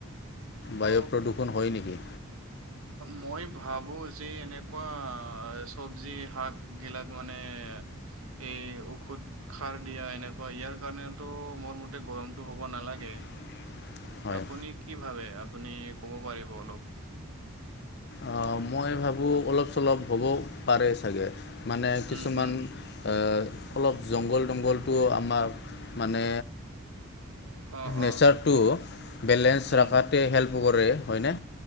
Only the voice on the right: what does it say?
অ
মই ভাবোঁ যে এনেকুৱা চব্জি শাক গেলা গনে এ ঔষধ খাৰ দিয়া এনেকুৱা ইয়াৰ কাৰণেতো মোৰ মতে গৰমতটো হব নালাগে।
আপুনি কি ভাবে আপুনি ক'ব পাৰিব অলপ।
উম,
উম।
অ',
অ',
উম,